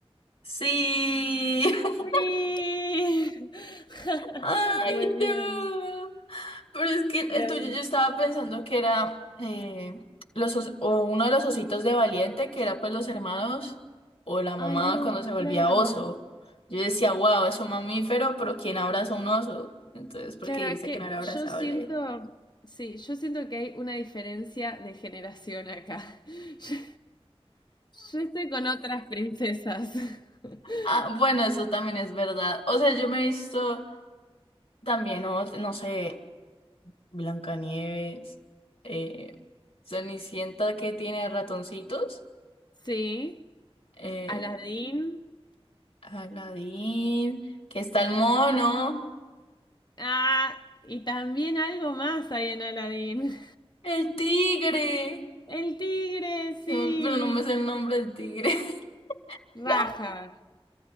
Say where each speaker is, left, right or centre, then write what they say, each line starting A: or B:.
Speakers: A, on the left; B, on the left.
A: Sí. <laughs>
B: Sí. <laughs>
A: Ay,
B: Muy bien.
A: no. Pero es que el
B: Dame-
A: tuyo yo estaba pensando que era eh, los os- o uno de los ositos de Valiente, que era pues los hermanos o la mamá
B: Ay, no,
A: cuando se volvía
B: claro.
A: oso. Yo decía, wow, es un mamífero, pero ¿quién abraza un oso? Entonces, porque
B: Claro,
A: dice
B: es que
A: que no era abrazable.
B: yo siento, sí, yo siento que hay una diferencia de generación acá. <laughs> Yo, yo estoy con otras princesas. <laughs>
A: Ah, bueno, eso también es verdad. O sea, yo me he visto también, o- no sé, Blancanieves, eh, Cenicienta que tiene ratoncitos,
B: Sí,
A: eh,
B: Aladín.
A: Aladín, que está el mono,
B: Ah, y también algo más hay en Aladín.
A: el tigre,
B: <laughs> El tigre,
A: Se
B: sí.
A: me- pero no me sé el nombre del tigre. <laughs> No.
B: Raja,